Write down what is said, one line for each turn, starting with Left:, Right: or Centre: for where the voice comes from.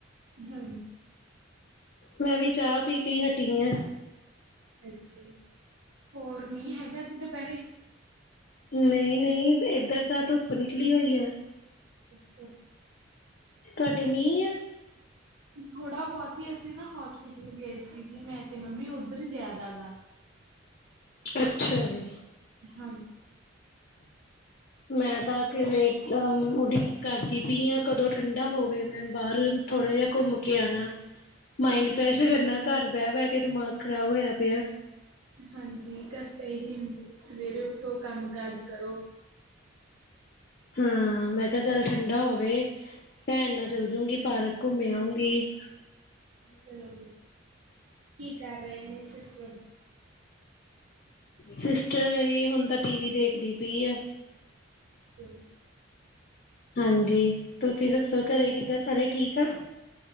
Right: ਹੂੰ।
Left: ਮੈਂ ਵੀ ਚਾ ਪੀ ਕੇ ਈ ਹਟੀ ਆ।
Right: ਅੱਛਾ ਹੋਰ ਮੀਂਹ ਹੈਗਾ ਅੱਜ ਦਪੈਰੇ
Left: ਨਈ-ਨਈ ਐਧਰ ਤਾਂ ਧੁੱਪ ਨਿਕਲੀ ਹੋਈ ਐ।
Right: ਅੱਛਾ।
Left: ਤਾਡੇ ਮੀਂਹ ਐ?
Right: ਥੋੜ੍ਹਾ-ਬੋਤ ਈ ਅਸੀਂ ਨਾ ਹੋਸਪਿਟਲ ਗਏ ਸੀਗੇ ਮੈਂ ਤੇ ਮੰਮੀ ਓਧਰ ਜਿਆਦਾ ਗਾ।
Left: ਅੱਛਾ ਜੀ।
Right: ਹਾਂਜ
Left: ਮੈਂ ਤਾਂ ਕਿਵੇ ਅਮ ਉਡੀਕ ਕਰਦੀ ਪਈ ਆਂ ਕਦੋਂ ਠੰਢਾ ਹੋਵੇ ਮੈਂ ਬਾਰ ਥੋੜ੍ਹਾ ਜੇਆ ਕੁੰਮ ਕੇ ਆਣਾ। ਮਾਇੰਡ
Right: ਅੱਛਾ।
Left: ਫਰੈਸ਼ ਹੋ ਜਾਂਦਾ, ਕੱਰ ਬੈ-ਬੈ ਕੇ ਦਿਮਾਗ ਖਰਾਬ ਹੋਯਾ ਪਯਾ।
Right: ਹਾਂਜੀ, ਘੱਰ ਤਾਂ ਏਹੀ ਹੁੰਦਾ ਬਸ ਸਵੇਰੇ ਉੱਠੋ ਕੰਮ-ਕਾਜ ਕਰੋ।
Left: ਹੂੰ ਮੈਂ ਕੇਆ ਚੱਲ ਠੰਡਾ ਹੋਵੇ ਪੈਣ ਨਾਲ ਚੱਲਜੂਂਗੀ
Right: ਹਾਂਜੀ
Left: ਪਾਰਕ। ਕੁੰਮ ਆਉਂਗੀ।
Right: ਚਲੋ ਬਿਲਕੁਲ ਕੀ ਕਰ ਰਏ ਨੇ ਸਿਸਟਰ
Left: ਸਿਸਟਰ ਮੇਰੀ ਹੁਣ ਤਾਂ ਟੀਵੀ ਦੇਖਦੀ ਪਈ ਐ।
Right: ਅੱਛਾ ਜੀ।
Left: ਹਾਂਜੀ, ਤੁਸੀਂ ਦੱਸੋ ਘਰੇ ਕਿੱਦਾਂ ਸਾਰੇ ਠੀਕ ਆ।